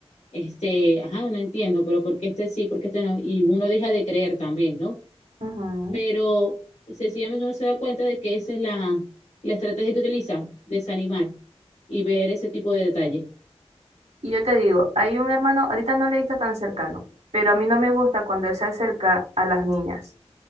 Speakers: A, on the left (about 75°); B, on the right (about 80°).
A: Este, ajá, no entiendo, pero ¿por qué este sí, por qué este no? Y uno deja de creer también, ¿no?
B: ujú.
A: Pero sencillamente uno se da cuenta de que esa es la, la estrategia que utiliza, desanimar y ver ese tipo de detalles.
B: Y yo te digo, hay un hermano, ahorita no le he visto tan cercano, pero a mí no me gusta cuando él se acerca a las niñas.